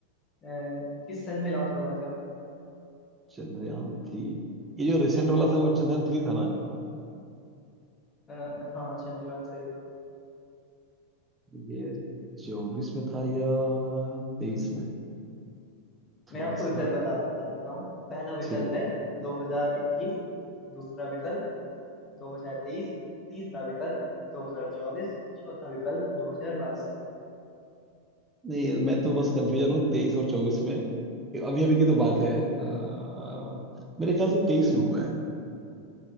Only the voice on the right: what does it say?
चंद्रयान थ्री ये जो रिसेंट वाला था वो चंद्रयान थ्री था ना
ये चौबीस में था या तेईस में
थोड़ा
सा
ठीक है
नहीं मैं तो बस कंफ्यूजन हूँ तेईस और चौबीस में अभी अभी की तो बात है अ, मेरे ख्याल से
तेईस में हुआ है